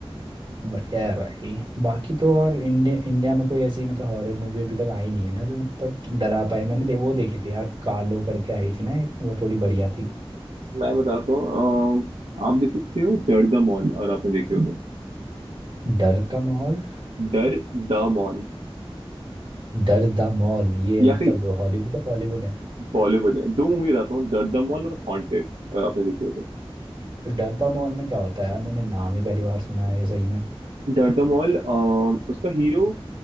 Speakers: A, on the right (about 45°); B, on the right (about 90°).
A: बढ़िया है भाई बाकी तो और इंडिया इंडिया में कोई ऐसी मतलब हॉरर मूवी अभी तक आई नहीं है ना जो मतलब डरा पाए मैंने दे, वो देखी थी यार कालो करके आई थी ना एक वो थोड़ी बढ़िया थी
B: मैं बताता हूँ अम, आप देख सकते हो डर द मॉल अगर आपने देखी हो तो
A: डर का माहौल
B: डर द मॉल
A: डर द मॉल ये
B: या
A: मतलब
B: फिर
A: हॉलीवुड है बॉलीवुड है
B: बॉलीवुड है दो मूवी बताता हूँ डर द मॉल और हॉन्टेड अगर आपने देखी हो तो
A: तो डर द मॉल में क्या होता है यार मैंने नाम ही पहली बार सुना है ये सही में
B: डर द मॉल अम, उसका हीरो